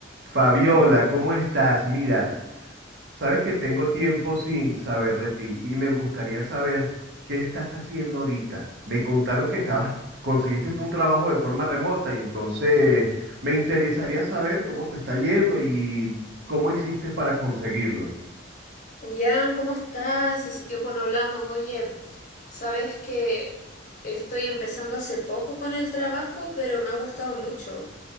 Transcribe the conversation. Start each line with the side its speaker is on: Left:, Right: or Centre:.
Right: Fabiola, ¿cómo estás? Mira, sabes que tengo tiempo sin saber de ti y me gustaría saber qué estás haciendo ahorita. Me contaron que estabas, conseguiste un trabajo de forma remota y entonces me interesaría saber cómo te está yendo y cómo hiciste para conseguirlo.
Left: Jan, ¿cómo estás? Hace tiempo no hablamos. Oye, sabes que estoy empezando hace poco con el trabajo, pero me ha gustado mucho.